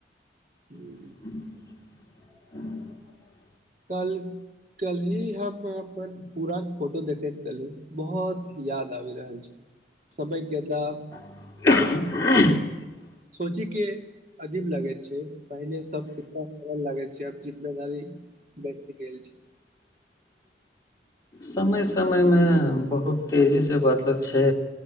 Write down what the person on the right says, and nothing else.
हू
कल कल्हि हम अपन पुरान फोटो देखे के केलू बहुत याद आबि रहल छै सबै कता
सोची के अजीब लगे छै पहिने सब कितना सरल लागे छै चाप जिम्मेदारी बेस गेलल छै